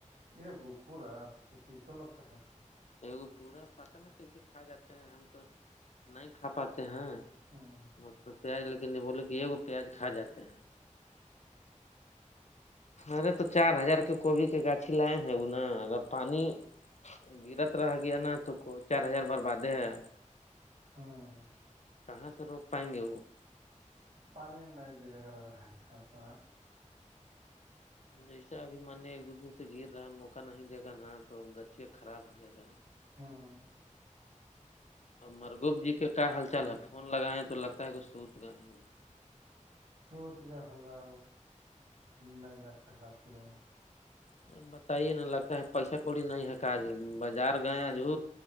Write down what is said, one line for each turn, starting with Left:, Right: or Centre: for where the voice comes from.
Right: یہ گو پورا ت ت لگتا ہے
Left: ایکگو پورا پتا نا کیسے کھا جاتے ہیں ہم تو نہیں کھا پاتے ہیں
Right: ہ
Left: م پیاز لیکن یہ بولے کہ یہگو پیاز کھا جاتے ہیں ارے تو چار ہزار کے کوبھی کے گاچھی لائے ہیں وہ نا اگر پانی گرت رہا گیا نا تو کو چار ہزار بربادیں ہے
Right: ہ
Left: کہاں سے روک پائیں گے وہ
Right: پانی نہیں گرے گ لگ رہا ہیں ان سا اتنا
Left: جیسا ابھی ماننی ایک دو دن سے گر رہا ہے موقع نہیں دے گا نا تو گچے خراب ہو جائے گا
Right: ہاں
Left: اب مرگوب جی کے کیا ہل چال ہے فون لگائیں تو لگتا ہے کہ سوت گ ہو
Right: سوود کےیا ہوگا نہیں جاگتے رات لے
Left: سر بتائیے نا لگتا ہے پیسہ کوڑی نہیں ہے کاجی بازار گئے آج ہ